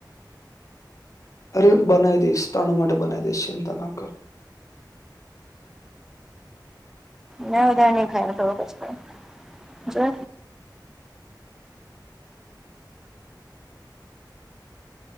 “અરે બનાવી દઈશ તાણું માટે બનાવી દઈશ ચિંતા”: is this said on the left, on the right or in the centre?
Left